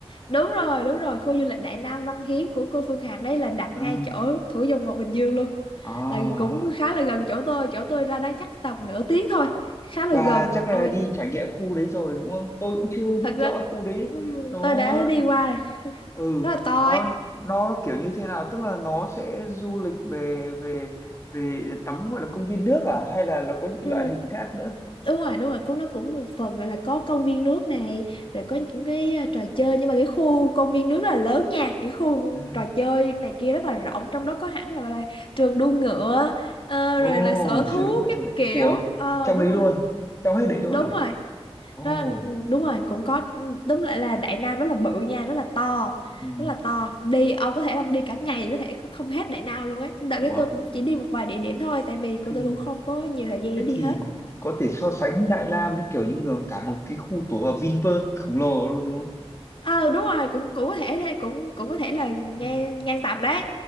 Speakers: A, on the left; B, on the left.
A: đúng rồi, đúng rồi, khu du lịch Đại Nam Văn Hiến của cô Phương Hằng đấy là đặt
B: À.
A: ngay chỗ Thủ Dầu Một Bình Dương luôn.
B: À.
A: Là cũng khá là gần chỗ tôi, chỗ tôi ra đó chắc tầm nửa tiếng thôi, khá là
B: Bà
A: gần.
B: chắc là
A: Rồi,
B: đi trải nghiệm khu đấy rồi đúng không? Tôi cũng chưa biết
A: thật ra
B: rõ khu đấy
A: ừm,
B: nó
A: tôi đã đi qua rồi,
B: ừ
A: rất là to
B: nó
A: ấy.
B: nó nó kiểu như thế nào, tức là nó sẽ du lịch về về về tắm gọi là công viên nước à hay là nó có những cái
A: Ừ.
B: loại hình khác nữa?
A: đúng rồi đúng rồi cũng nó cũng một phần gọi là có công viên nước này rồi có những cái ờ, trò chơi nhưng mà cái khu công viên nước rất là lớn nha những khu
B: Ừ.
A: trò chơi này kia rất là rộng trong đó có hẳn là, gọi là trường đua ngựa ờ,
B: Ồ,
A: rồi là sở
B: chưa
A: thú
B: đúng ở
A: các
B: chỗ đấy.
A: kiểu
B: Ủa,
A: Ờ,
B: trong
A: đúng
B: ấy
A: rồi
B: luôn, trong hết đấy luôn
A: đúng
B: à?
A: rồi
B: Ồ,
A: đó là, ừ, đúng rồi cũng có Ừ, đúng lại là Đại Nam rất là bự nha rất là to
B: ừ.
A: rất là to đi ông có thể ông đi cả ngày có thể không hết Đại Nam luôn ấy đợt
B: Ủa,
A: cái tôi cũng chỉ đi một vài địa điểm thôi tại vì cô
B: kinh.
A: tôi cũng không có nhiều thời gian
B: Thế
A: để đi
B: thì
A: hết
B: có thể so sánh Đại Lam với kiểu như là cả một cái khu tổ hợp Vinpearl khổng lồ luôn đúng
A: ờ đúng rồi cũng cũng có thể thế cũng cũng có thể là ngang
B: không?
A: ngang tầm đấy